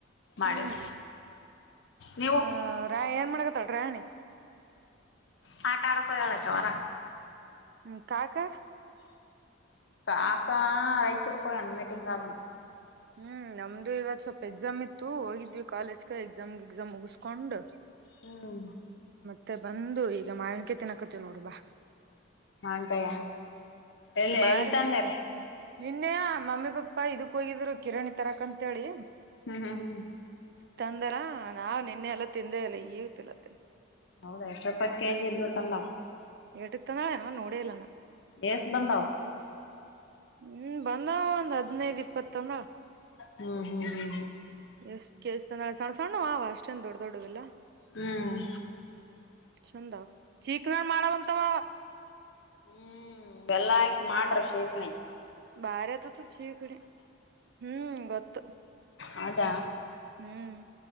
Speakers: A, on the left (about 65°); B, on the right (about 55°).
A: ಮಾಡಿವಿ
B: ಹ್ಮ್
A: ನೀವು
B: ಹ ರ ಏನ್ ಮಾಡಕತ್ತಲ್ ರಾಣಿ
A: ಹಟಡ ಕೊಯಿಳಕ್ಕ ವರ
B: ಹ್ಮ್ ಕಕಾ
A: ಕಕಾ ಆಐಚುರ್ಕನ್ ಮೀಟಿಂಗ್ ಆಗಂತ
B: ಹ್ಮ್ ನಮ್ದು ಇವತ್ ಸ್ವಲ್ಪ ಎಕ್ಸಾಮ್ ಇತ್ತು ಹೋಗಿದ್ವಿ ಕಾಲೇಜ್ಗೆ ಎಕ್ಸಾಮ್ಗೆ ಎಕ್ಸಾಮ್ ಮುಗಸ್ಕೊಂಡ್
A: ಹ್ಮ.
B: ಮತ್ತೆ ಬಂದು ಈಗ ಮಾವಿನಕಾಯಿ ತಿನ್ನಾಕತ್ತೀವವಿ ನೋಡುಬಾ.
A: ಮಾವಿನಕಾಯಿ ಎಲ್ಲಿ
B: ಬಾರಿ
A: ಎಲ್ಲಿ ತಂದಿರಿ.
B: ನಿನ್ನೆ ಮಮ್ಮಿ ಪಾಪ್ಪಾ ಇದಕ್ ಹೋಗಿದ್ರು. ಕಿರಾಣಿ ತರಾಕ ಅಂತ ಹೇಳಿ.
A: ಹ್ಮ್ ಹ್ಮ್ ಹ್ಮ್.
B: ತಂದರ ನಾ ನಿನ್ನೆ ಎಲ್ಲ ತಿಂದೇ ಇಲ್ಲ ಈಗ ತಿನ್ನತೇವಿ.
A: ಹೌದ ಎಷ್ಟ್ ರೂಪಾಯಿ ಕೆಜಿ ಇದ್ದ ತಂದ.
B: ಇಟ್ಟಕ್ಕ ತಂದಳ ನೋಡೇ ಇಲ್ಲಾನ.
A: ಎಸ ಬಂದಾವ.
B: ಹ್ಮ್ ಬಂದಾವ ಒಂದ್ ಹತ್ತ. ಹದಿನೈದು ಇಪ್ಪತ್ ತಂದಾಳ
A: ಹ್ಮ್ ಹ್ಮ್ ಹ್ಮ್
B: ಎಸ್ಟ್ ಎಸ್. ಚಂದ ಸಣ್ಣ ಸಣ್ಣ ಆವ ಅಷ್ಟೇಂದು ದೊಡ್ಡ ದೊಡ್ಡುದಿಲ್ಲ.
A: ಹ್ಮ್ ಹ್ಮ್
B: ಚಂದಾವ ಚೀಕ್ನ ಮಾಡಂತಾವ.
A: ಹ್ಮ್ ಎಲ್ಲಾ ಆಯ್ತು ಮಾಡ್ರಿ ಶಿಕರಣಿ.
B: ಬಾರಿ ಆತ ಶಿಕಣಿ ಹ್ಮ್ ಗೊತ್ತು.
A: ಹೌದಾ.
B: ಹ್ಮ್.